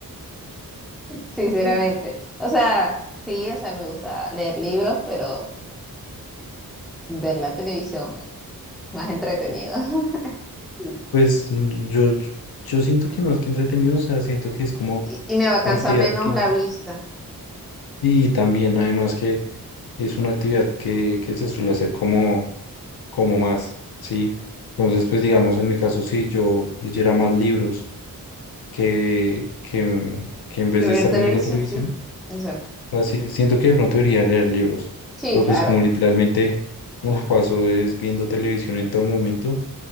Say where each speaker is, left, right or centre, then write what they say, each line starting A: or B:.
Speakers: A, in the centre; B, on the left (about 80°).
A: Sinceramente.
B: Mm. <laughs>
A: O sea, sí, o sea, me gusta leer libros, pero ver la televisión más entretenido. <laughs>
B: Pues mm, yo, yo siento que más que entretenido, o sea, siento que es como
A: Y, y me va a cansar
B: la actividad
A: menos
B: que,
A: la vista
B: y también además que es una actividad que, que se suele hacer como, como más, ¿sí? Entonces, pues digamos, en mi caso, si yo leyera más libros que, que, que en vez
A: que ver
B: de estar
A: televisión,
B: viendo la televisión,
A: sí. Exacto.
B: sea, sí- siento que de pronto debería leer libros,
A: Sí,
B: pero
A: claro.
B: pues como
A: <laughs>
B: literalmente me la paso es viendo televisión en todo momento,